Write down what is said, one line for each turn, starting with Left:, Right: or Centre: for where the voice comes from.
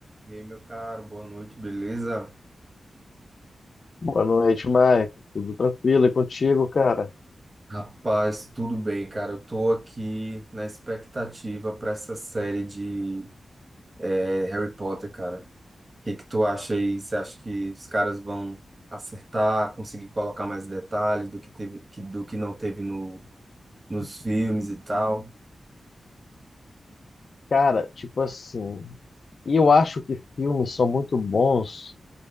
Right: E aí, meu caro, boa noite, beleza?
Left: Boa noite, Maicon. Tudo tranquilo? E contigo, cara?
Right: Rapaz, tudo bem, cara. Eu tô aqui na expectativa para essa série de eh, Harry Potter, cara. O que que tu acha aí? Você acha que os caras vão acertar, conseguir colocar mais detalhes do que teve, que- do que não teve no, nos filmes e tal?
Left: Cara, tipo assim, e eu acho que filmes são muito bons